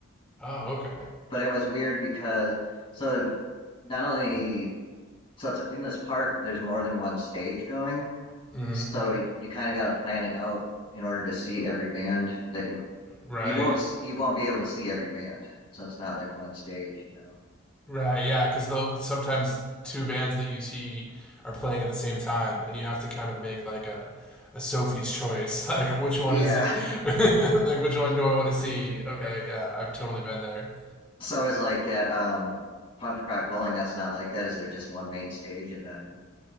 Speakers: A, in the centre; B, on the left (about 25°).
A: Oh okay.
B: but it was weird because so not only so it's in this park, but there's more than one stage going.
A: Mm-hmm.
B: So you kind of got to plan it out in order to see every band that you
A: Right.
B: you won't you won't be able to see every band. So it's not like one stage, you know.
A: Right. Yeah. Because though sometimes two bands that you see are playing at the same time, and you have to kind of make like a a Sophie's choice, <laughs> like which one
B: Yeah.
A: is it? <laughs> like which one do I want to see? Okay. Yeah. I've totally been there.
B: <laughs> so it's like that um punk rock bowling that's not like that is there just one main stage and then